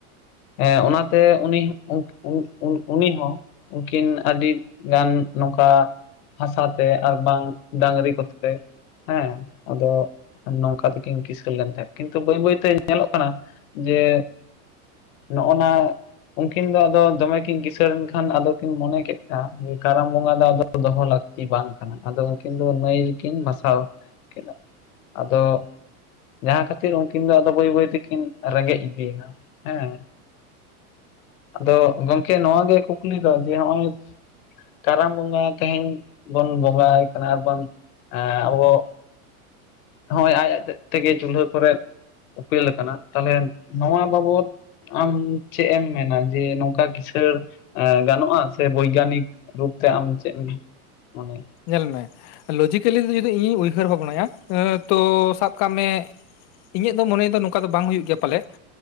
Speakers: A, on the left; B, on the left.
A: ᱦᱮ ᱚᱱᱟᱛᱮ ᱩᱱᱤ, ᱩᱱ-ᱩᱱ-ᱩᱱ-ᱩᱱᱤ ᱦᱚᱸ, ᱩᱱᱠᱤᱱ ᱟᱰᱤᱜᱟᱱ ᱱᱚᱝᱠᱟ᱾ ᱦᱟᱥᱟ ᱛᱮ ᱟᱨ ᱵᱟᱝ ᱰᱟᱝᱨᱤ ᱠᱚᱛᱮ ᱦᱮᱸ ᱟᱫᱚ, ᱱᱚᱝᱠᱟ ᱛᱮᱠᱤᱱ ᱠᱤᱥᱟᱹᱲ ᱞᱮᱱ ᱛᱟᱦᱮᱸᱫ ᱠᱤᱱᱛᱩ ᱵᱟᱹᱭ-ᱵᱟᱹᱭ ᱛᱮ ᱧᱮᱞᱚᱜ ᱠᱟᱱᱟ ᱡᱮ, ᱱᱚᱜ ᱱᱚᱣᱟ, ᱩᱱᱠᱤᱱ ᱫᱚ ᱟᱫᱚ ᱫᱚᱢᱮ ᱠᱤᱱ ᱠᱤᱥᱟᱹᱬ ᱮᱱ ᱠᱷᱟᱱ ᱟᱫᱚ ᱠᱤᱱ ᱢᱚᱱᱮ ᱠᱮᱫᱽᱼᱟ ᱠᱟᱨᱟᱢ ᱵᱚᱸᱜᱟ ᱫᱚ ᱟᱫᱚ, ᱫᱚᱦᱚ ᱞᱟᱹᱠᱛᱤ ᱵᱟᱝ ᱠᱟᱱᱟ ᱟᱫᱚ ᱩᱱᱠᱤᱱ ᱫᱚ ᱱᱟᱹᱭ ᱨᱮᱠᱤᱱ ᱵᱟᱥᱟᱣ ᱠᱮᱫᱟ᱾ ᱟᱫᱚ, ᱡᱟᱦᱟᱸ ᱠᱷᱟᱹᱛᱤᱨ ᱩᱱᱠᱤᱱ ᱫᱚ ᱟᱫᱚ ᱵᱟᱹᱭ- ᱵᱟᱹᱭ ᱛᱮᱠᱤᱱ ᱨᱮᱸᱜᱮᱡᱽ ᱤᱫᱤᱭᱮᱱᱟ ᱦᱮᱸ᱾ ᱟᱫᱚ ᱜᱚᱢᱠᱮ ᱱᱚᱣᱟ ᱜᱮ ᱠᱩᱠᱞᱤ ᱫᱚ ᱡᱮ ᱦᱚᱸᱜᱼᱚᱭ᱾ ᱠᱟᱨᱟᱢ ᱵᱚᱸᱜᱟ ᱛᱮᱦᱮᱧ ᱵᱚᱱ ᱵᱚᱸᱜᱟ ᱟᱭ ᱠᱟᱱᱟ ᱟᱨᱵᱟᱝ ᱟᱵᱚ, ᱱᱚᱜᱚᱭ ᱟᱡ ᱟᱡ ᱛᱮᱫᱽ ᱛᱮᱜᱮ ᱪᱩᱞᱦᱟᱹ ᱠᱚᱨᱮᱜ ᱩᱯᱮᱞ ᱟᱠᱟᱱᱟ ᱛᱟᱦᱚᱞᱮ ᱱᱚᱣᱟ ᱵᱟᱵᱚᱫ, ᱟᱢ ᱪᱮᱫᱽ ᱮᱢ ᱢᱮᱱᱟ ᱡᱮ ᱱᱚᱝᱠᱟ ᱠᱤᱥᱟᱹᱲ ᱜᱟᱱᱚᱜ-ᱟ ᱥᱮ ᱵᱳᱭᱜᱟᱱᱤᱠ ᱨᱩᱯᱛᱮ ᱟᱢ ᱪᱮᱫ ᱮᱢ ᱢᱚᱱᱮ-ᱟ᱾
B: ᱧᱮᱞ ᱢᱮ ᱞᱚᱡᱤᱠᱮᱞᱤ ᱫᱚ ᱡᱩᱫᱤ ᱤᱧᱤᱧ ᱩᱭᱦᱟᱹᱨ ᱵᱷᱟᱵᱽᱱᱟᱭᱟ ᱛᱚ ᱥᱟᱵ ᱠᱟᱜ ᱢᱮ, ᱤᱧᱟᱹᱜ ᱫᱚ ᱢᱚᱱᱮ ᱫᱚ ᱱᱚᱝᱠᱟ ᱫᱚ ᱵᱟᱝ ᱦᱩᱭᱩᱜ ᱜᱮᱭᱟ ᱯᱟᱞᱮ,